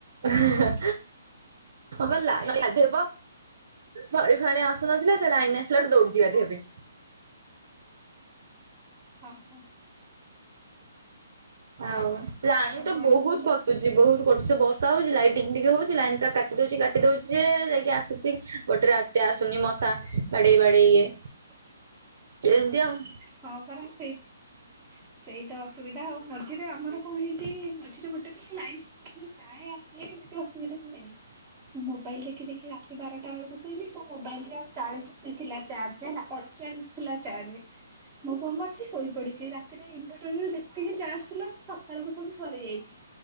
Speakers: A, on the right; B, in the centre.
A: ହେଁ ହଁପା ଲାଇନିରେ ଗାଧୋଇବ। ଫଳି ଫାଣି ଆସୁନଥିଲା ସେ ଲାଇନି ଆସିଲାଠୁ ଦୌଡଛି ଗାଧେଇବା ପାଇଁ।
B: ହଁ ହଁ।
A: ଆଉ ଲାଇନ୍
B: ଆଉ
A: ତ
B: କଣ
A: ବହୁତ
B: କୁହନ୍ତୁ
A: କଟୁଛି। ଜି ବହୁତ କଟୁଛି ବର୍ଷା ହଉଛି ଲାଇଟିଙ୍ଗ ଟିକେ ହଉଛି ଲାଇନ୍ ପୁରା କାଟି ଦଉଛି କାଟି ଦଉଛି ଯେ ଯାଇକି ଆସୁଛି ଗୋଟେ ରା ଏତେ ଆସୁନି ମଶା ବାଡେଇ ବାଡେଇ ଇଏ।
B: <inaudible>
A: ଏମିନ୍ତି ଆଉ।
B: ହଁ ପରା ସେଇଥି ସେଇ ତ ଅସୁବିଧା ଆଉ ମଝିରେ ଆମର କଣ ହେଇଛି ମଝିରେ ଗୋଟେ କିଛି ଲାଇନ୍ ସବୁବେଳେ ଯାଏ ଆ ହେ ଏମିତି ଅସୁବିଧା ହୁଏନି ମୋବାଇଲ ଦେଖି ଦେଖି ରାତି ବାରଟା ବେଳକୁ ଶୋଇବି ତ ମୋ ବାଇଲିଟା ଚାଳିଶି ଥିଲା ଚାର୍ଜ ହେଲା ଅଠଚାଳିଶି ଥିଲା ଚାର୍ଜ। ମୁଁ କଣ କରିଛି ଶୋଇ ପଡିଛି ରାତିରେ ଇନଭେଟରରେ ଯେତିକି ଚାର୍ଜ ଥିଲା ସେ ସକାଳୁ ସବୁ ସରିଯାଇଛି।